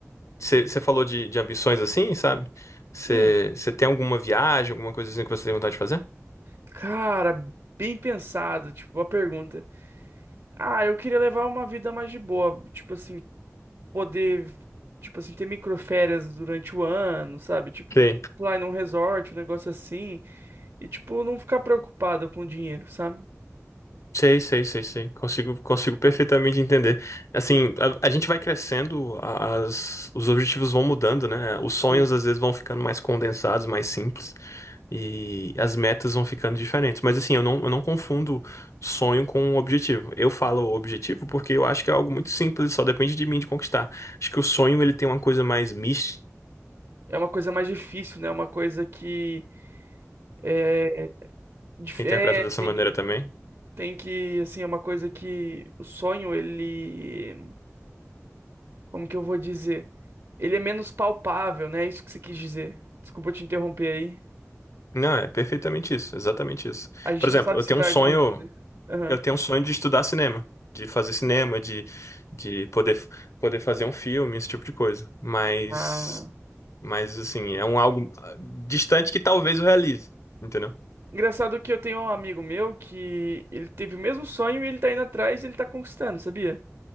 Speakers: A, on the left; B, on the right.
A: Você falou de, de ambições assim, sabe? Você
B: Hum,
A: tem alguma viagem, alguma coisa assim que você tem vontade de fazer?
B: cara, bem pensado, tipo, a pergunta. Ah, eu queria levar uma vida mais de boa, tipo assim, poder, tipo assim, ter microférias durante o ano, sabe? Tipo,
A: Sei,
B: pular em um resort, um negócio assim. e, tipo, não ficar preocupado com o dinheiro, sabe?
A: sei, sei, sei, sei. Consigo, consigo perfeitamente entender. Assim, a, a gente vai crescendo, a- as, os objetivos vão mudando, né? Os sonhos
B: Sim.
A: às vezes vão ficando mais condensados, mais simples, e as metas vão ficando diferentes. Mas assim, eu não, eu não confundo sonho com objetivo. Eu falo objetivo porque eu acho que é algo muito simples, só depende de mim de conquistar. Acho que o sonho ele tem uma coisa mais mística
B: É uma coisa mais difícil, né? É uma coisa que é, dif-
A: Você interpreta
B: é,
A: dessa
B: tem
A: maneira
B: que
A: também?
B: tem que assim, é uma coisa que o sonho ele, como que eu vou dizer? Ele é menos palpável, né? É isso que você quis dizer. Desculpa te interromper aí.
A: Não, é perfeitamente isso, exatamente isso.
B: A gente
A: Por exemplo,
B: não sabe
A: eu
B: se
A: tenho
B: vai
A: um sonho,
B: atingir, né? Aham.
A: eu tenho um sonho de estudar cinema, de fazer cinema, de, de poder, poder fazer um filme, esse tipo de coisa. Mas,
B: Ah.
A: mas assim, é um algo ah, distante que talvez eu realize, entendeu?
B: Engraçado que eu tenho um amigo meu que ele teve o mesmo sonho e ele tá indo atrás e ele tá conquistando, sabia?